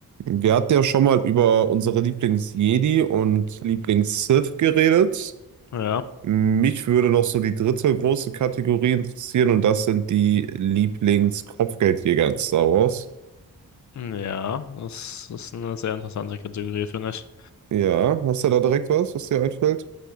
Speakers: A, on the right; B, on the left.
A: Wir hatten ja schon mal über unsere Lieblings-Jedi und Lieblings-Sith geredet.
B: Ja,
A: Mich würde noch so die dritte große Kategorie interessieren und das sind die Lieblings-Kopfgeldjäger in Star Wars.
B: ja, das ist eine sehr interessante Kategorie, finde ich.
A: Ja, hast du da direkt was, was dir einfällt?